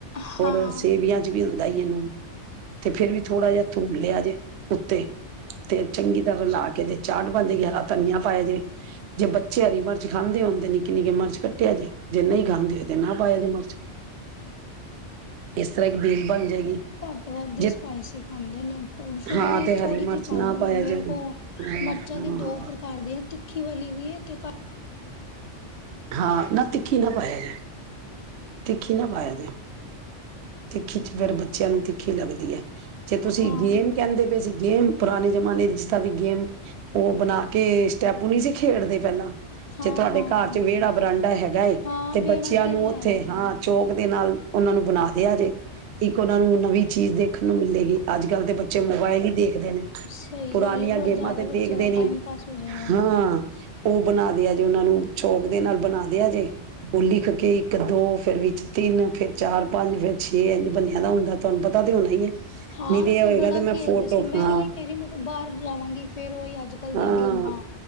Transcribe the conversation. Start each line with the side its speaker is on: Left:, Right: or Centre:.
Left: ਹਾਂ
Right: ਹੋਰ ਸੇਵੀਆਂ'ਚ ਵੀ। ਵੀ ਹੁੰਦਾ ਏ ਨੂਨ। ਤੇ ਫੇਰ ਵੀ ਥੋੜਾ ਜਿਹਾ ਧੂੜ ਲਿਆ ਜੇ ਉੱਤੇ ਤੇ ਚੰਗੀ ਤਰ੍ਹਾਂ ਰਲਾ ਕੇ ਤੇ ਚਾਟ ਬਣ ਜੇ ਗੀ। ਹਰਾ ਧਨੀਆ ਪਾਇਆ ਜੇ। ਜੇ ਬੱਚੇ ਹਰੀ ਮਿਰਚ ਖਾਂਦੇ ਹੋਣ- ਤੇ ਨਿੱਕੀ -ਨਿੱਕੀ ਮਰਚ ਕੱਟਿਆ ਜੇਜੇ ਨਹੀਂ ਖਾਂਦੇ ਤੇ ਨਾ ਪਾਇਆ ਜੇ ਮਰ- ਤਰ੍ਹਾਂ ਇੱਕ ਬੇਲ ਬਣ ਜਾਏਗੀ
Left: ਘੱਟ ਵੱਧ ਦੀ
Right: ਜੇ
Left: ਸਪਾਈਸੀ ਖਾਂਦੇ ਨੇ। ਫਿਰ
Right: ਹਾਂ
Left: ਵੀ
Right: ਤੇ ਹਰੀ
Left: ਥੋੜ੍ਹੀ
Right: ਮਿਰਚ
Left: ਜਿਹੀ ਪਾ
Right: ਨਾ
Left: ਦਾਂਗੀ।
Right: ਪਾਇਆ
Left: ਮੇਰੇ
Right: ਜਾਏ
Left: ਕੋਲ
Right: ਹਾਂ
Left: ਮਿਰਚਾਂ ਦੀਆ ਦੋ ਪ੍ਰਕਾਰ ਦੀਆਂ ਤਿੱਖੀਆਂ- ਕਿ ਵਾਲ ਲ ਵੀ ਹੈ ਤੇ
Right: ਹਾਂ ਨਾ ਤਿੱਖੀ ਨਾ ਪਾਇਆ ਤਖੀ ਨਾ ਪਾਇਆ ਜੇ ਖਿੱਚ ਫਿਰ ਬੱਚਿਆਂ ਨੂੰ ਤਿੱਖ <inaudible> ਜੇ ਤੁਸੀਂ
Left: ਹਾਂ
Right: ਗੇਮ ਕਹਿੰਦੇ ਪਏ ਸੀ ਗੇਮ ਪੁਰਾਣੇ ਬਣਾ ਕੇ ਸਟੈਪੂ ਨਹੀਂ ਸੀ ਖੇਡਦੇ ਪਹਿਲਾਂ
Left: ਹਾਂ
Right: ਜੇ ਤੁਹਾਡੇ
Left: ਹਾਂ
Right: ਘਰ ਚ ਵਿਹੜਾ ਬਰਾਂਡਾ ਹੈਗਾ ਏ
Left: ਹਾਂ
Right: ਤੇ
Left: ਵੇੜਾ
Right: ਬੱਚਿਆਂ
Left: ਤੇ
Right: ਨੂੰ
Left: ਹੈ
Right: ਉੱਥੇ ਹਾਂ ਚੋਕ ਦੇ ਨਾਲ ਉਹਨਾਂ ਨੂੰ ਬਣਾ ਦਿਆ ਜੇ ਇੱਕ ਉਹਨਾਂ ਨੂੰ ਨਵੀਂ ਚੀਜ਼ ਦੇਖਣ ਨੂੰ ਮਿਲੇਗੀ ਅੱਜ ਕੱਲ੍ਹ ਤੇ ਬੱਚੇ ਮੋਬਾਇਲ ਹੀ ਦੇਖਦੇ ਨੇ
Left: ਸਹੀ
Right: ਪੁਰਾਣੀਆਂ
Left: ਗੱਲ ਹੈ ਥੋੜਾ
Right: ਗੇਮਾਂ
Left: ਜ਼ਿਆਦਾ
Right: ਤੇ ਦੇਖਦੇ
Left: ਬੱਚਿਆਂ ਦਾ
Right: ਨੀ
Left: ਟਾਈਮ ਪਾਸ ਹੋ ਜਾਏਗਾ
Right: ਹਾਂ ਉਹ ਬਣਾਦੇ ਆ ਜੇ ਉਹਨਾਂ ਨੂੰ ਚੋਕ ਦੇ ਨਾਲ ਬਣਾਦੇ ਆ ਜੇ ਉਹ ਲਿਖ ਕੇ ਇੱਕ ਦੋ ਫੇਿਰ ਵਿੱਚ ਤਿੰਨ ਫੇਰ ਚਾਰ ਪੰਜ ਫੇਿਰ ਛੇ ਇੰਝ ਬੰਨਿਆਂ ਦਾ ਹੁੰਦਾ ਤੁਹਾਨੂੰ ਪਤਾ ਤੇ ਹੋਣਾ ਹੀ ਹੈ
Left: ਹਾਂ
Right: ਨਹੀਂ ਤੇ
Left: ਅਸੀਂ
Right: ਇਹ ਹੋਏਗਾ
Left: ਬੜਾ
Right: ਤੇ ਮੈਂ
Left: ਖੇਲਦੇ
Right: ਫੋਟੋ
Left: ਸੀ ਮੈਂ
Right: ਹਾਂ
Left: ਉਹੀ ਕਹਿ ਰਹੀ ਮੈਂ ਕਿਹਾ ਬਾਹਰ ਜਾਵਾਂਗੀ ਫੇਰ ਉਓਹੀ ਅੱਜ ਕੱਲ ਦੀਆਂ
Right: ਹਾਂ
Left: ਗੇਮਾਂ